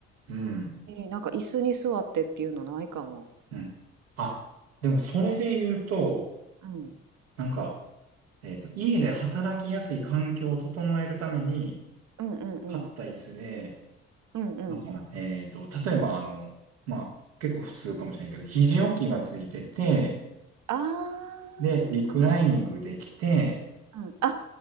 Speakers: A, on the right; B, on the right.
A: うん。
B: なんか椅子に座ってっていうのないかも。
A: うんあ、でもそれで言うと、
B: うん。
A: なんか、えっと、家で働きやすい環境を整えるために、
B: うんうんうん。
A: 買った椅子で、
B: うんうん。
A: なんかな、えっと、例えばあの、まあ、結構普通かもしれんけど、肘置きがついてて、
B: あ
A: で、リクライニングできて、
B: ー、うんうんうん。あ、